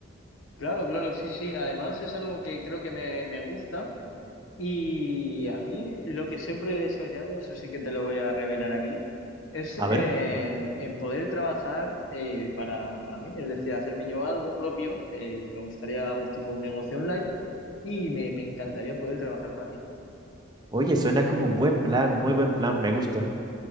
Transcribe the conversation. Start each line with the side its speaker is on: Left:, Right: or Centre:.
Left: Claro, claro, sí, sí. Además es algo que creo que me, me gusta Y a mí lo que siempre he soñado, eso sí que te lo voy a revelar aquí, es
Right: A
Left: en,
Right: ver.
Left: en poder trabajar eh, para, para mí, es decir, hacerme yo algo propio, eh, me gustaría algo tipo un negocio online y me, me encantaría poder trabajar para mí.
Right: Oye, suena como un buen plan, muy buen plan, me gusta.